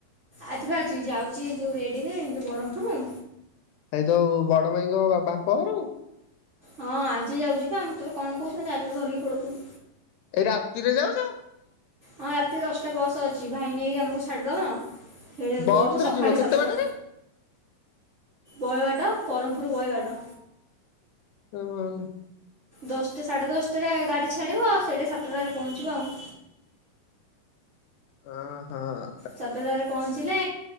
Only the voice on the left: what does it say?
ଆଇ ତ ବଡ ମାଇଙ୍କ ବାପଘରକୁ?
ଏଇ ରାତିରେ ଯାଉଛ?
ବସ
ରେ ଯିବ କେତେ
ବାଟ କି?
ନା ମାଲ୍ ନାହିଁ।
ଅ ହଁ।